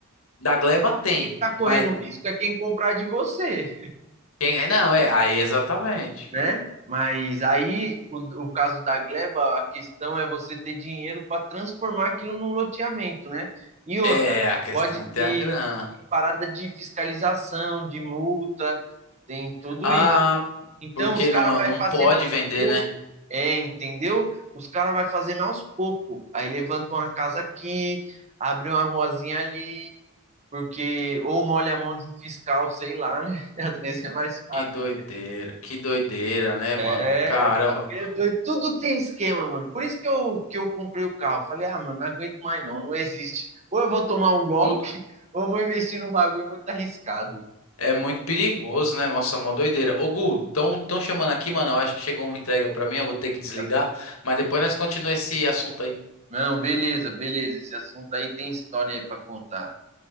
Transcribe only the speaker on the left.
Da Gleba tem,
mas
quem é? Não, é, aí exatamente.
É, a questão
é ter
a grana.
Ah,
porque
não,
não
pode
vender,
né?
Que doideira, que doideira, né, mano?
Caramba,
tudo
é muito perigoso, né? Nossa, mó doideira. Ô, Gu, tão, tão chamando aqui, mano. Eu acho que chegou uma entrega pra mim, eu vou ter que
desligar. Mas depois nós continuamos esse assunto aí.